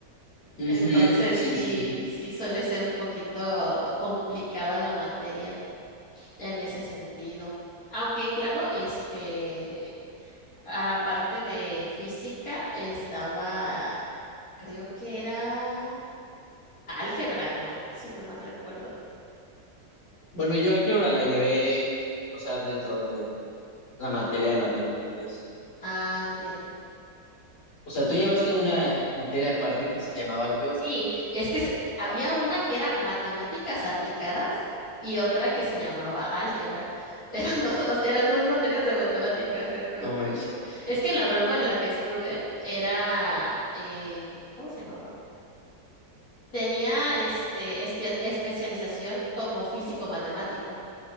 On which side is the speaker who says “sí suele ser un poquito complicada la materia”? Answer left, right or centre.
Left